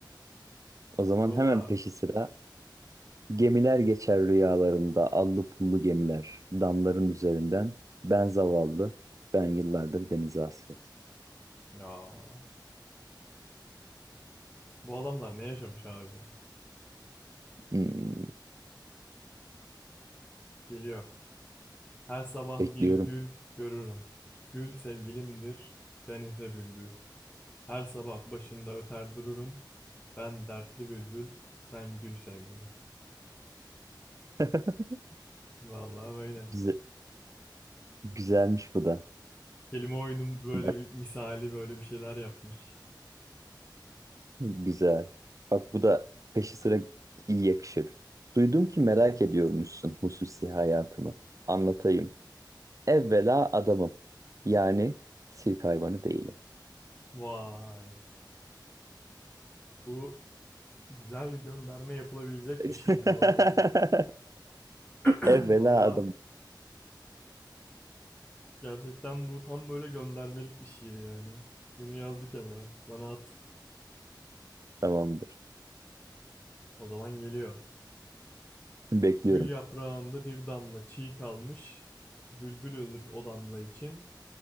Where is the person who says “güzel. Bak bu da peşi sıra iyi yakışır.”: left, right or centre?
Right